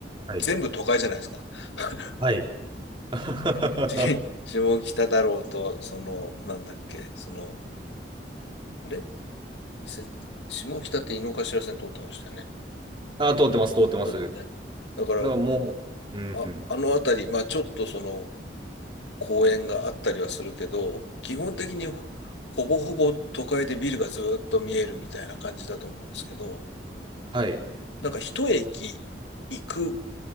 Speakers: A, on the right; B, on the left.
A: はい。
B: 全部都会じゃないですか。<laughs>
A: はい。<laughs>
B: し下北だろうと、その、なんだっけ、その、あれせ下北って井の頭線通ってましたよね。
A: ああ、通ってます、通ってます。
B: そうですね。
A: だか
B: だから、
A: らもう、うん、
B: あ、
A: うん
B: あのあたり、まあちょっとその、公園があったりはするけど、基本的にほぼほぼ都会でビルがずっと見えるみたいな感じだと思うんですけど、
A: はい。
B: なんか一駅行く